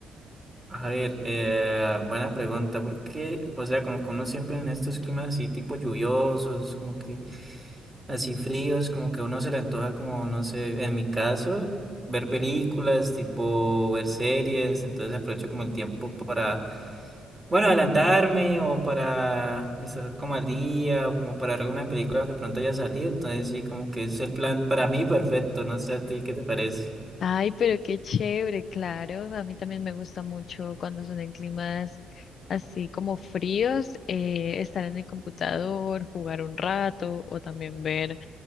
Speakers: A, on the right; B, on the left.
A: A ver, eh, buena pregunta, porque, o sea, como que uno siempre en estos climas así tipo lluviosos, como que así fríos, como que a uno se le antoja como, no sé, en mi caso, ver películas, tipo ver series, entonces aprovecho como el tiempo para, bueno, adelantarme o para estar como al día o como para ver alguna película que pronto haya salido, entonces sí, como que es el plan para mí perfecto, no sé a ti, ¿qué te parece?
B: Ay, pero qué chévere, claro. A mí también me gusta mucho cuando son en climas así como fríos, eh, estar en el computador, jugar un rato o también ver.